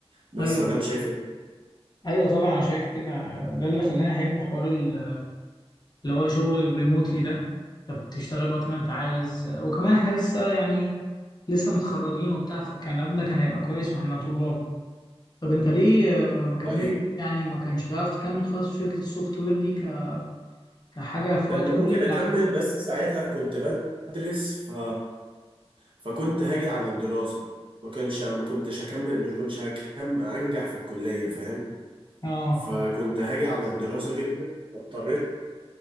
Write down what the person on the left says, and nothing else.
ايوه
طبعا
ايوه طبعا انا شايف كده ده اللي خلاني احب حوار ال- اللي هو الشغل الريموتلي ده انت بتشتغل وقت ما انت عايز وكمان احنا لسه يعني لسه متخرجين وبتاع فالكلام ده كان هيبقى كويس واحنا طلاب طب انت ليه آه، ما كملت
يعني ما كانش تعرف تكمل خالص في شركة السوفت وير دي ك- كحاجة في
وقت
قليل
عندك
اه